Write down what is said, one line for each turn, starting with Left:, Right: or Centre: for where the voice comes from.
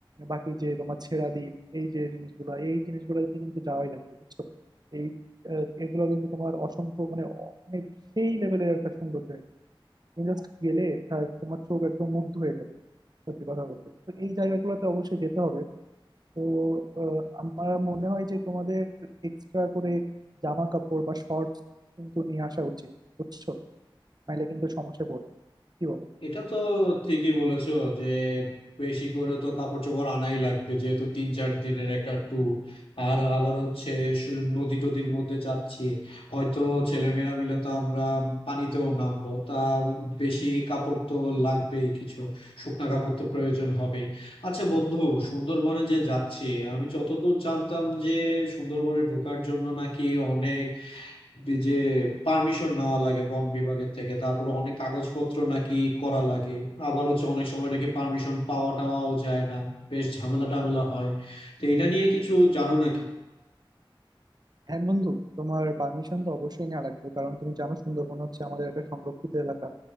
Right: বাকি যে তোমার ছেড়া দ্বীপ এই যে জিনিসগুলো এই জিনিসগুলোতে কিন্তু যাওয়াই লাগবে বুঝছো এই আহ, এগুলো কিন্তু তোমার অসংখ্য মানে অ- মানে সেই লেভেলের একটা সুন্দর জায়গা তুমি জাস্ট গেলে খা- তোমার চোখ একদম মুগ্ধ হয়ে যাবে সত্যি কথা বলতে তো এই জায়গাগুলোতে অবশ্যই যেতে হবে তো আহ, আমার মনে হয় যে তোমাদের এক্সট্রা করে জামা কাপড় বা শর্টস কিন্তু নিয়ে আসা উচিত বুঝছো নাহলে কিন্তু সমস্যায় পড়বে কি বলো
Left: এটা তো ঠিকই বলেছো যে বেশি করে তো কাপড় চোপড় আনাই লাগবে যেহেতু তিন চার দিনের একটা ট্যুর আর আবার হচ্ছে সু- নদী টদীর মধ্যে যাচ্ছি হয়তো ছেলেমেয়েরা মিলে তো আমরা পানিতেও নামবো তা বেশি কাপড় তো লাগবেই কিছু শুকনা কাপড় তো প্রয়োজন হবে আচ্ছা বন্ধু সুন্দরবনে যে যাচ্ছি আমি যতদূর জানতাম যে সুন্দরবনে ঢোকার জন্য নাকি অনেক বি- যে পারমিশন নেওয়া লাগে বন বিভাগের থেকে তারপরে অনেক কাগজপত্র নাকি করা লাগে আবার হচ্ছে অনেক সময় নাকি পারমিশন পাওয়া টাওয়াও যায় না বেশ ঝামেলা টামেলা হয় তো এটা নিয়ে কিছু জানো নাকি
Right: হ্যাঁ বন্ধু তোমার পারমিশন তো অবশ্যই নেওয়া লাগবে কারণ তুমি জানো সুন্দরবন হচ্ছে আমাদের একটা সংরক্ষিত এলাকা